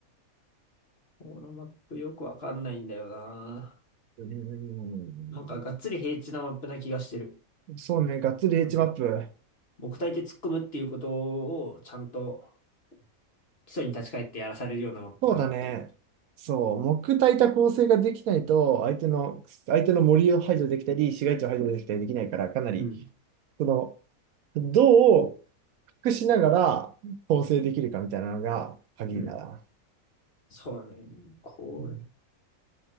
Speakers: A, on the left (about 45°); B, on the right (about 75°).
A: このマップよくわかんないんだよな。
B: うん、
A: なんかがっつり平地なマップな気がしてる。
B: そうね、がっつり H
A: なんか、
B: マップ。
A: 木体で突っ込むっていうことをちゃんと基礎に立ち返ってやらされるようなマップだなと思う。
B: そうだね。そう、木焚いた構成ができないと、相手の、相手の森を排除できたり、市街地を排除できたりできないから、かなり、
A: うん。
B: その、どう隠しながら構成できるかみたいなのが鍵だな。
A: うん。そうね。こ
B: うん